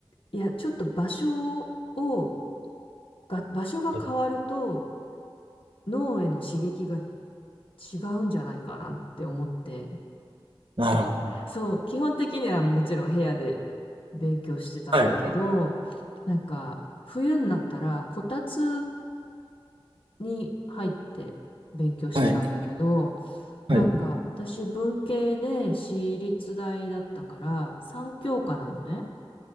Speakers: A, on the left (about 70°); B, on the right (about 65°).
A: いや、ちょっと場所を、が、場所が変わると、
B: え
A: 脳への刺激が違うんじゃないかなって思って、
B: なるほど。
A: そう、基本的にはもちろん部屋で勉強してたんだけど、
B: はい。
A: なんか冬になったらこたつに入って勉強してたんだけど、
B: はい。はい。
A: なんか私文系で私立大だったから三教科なのね。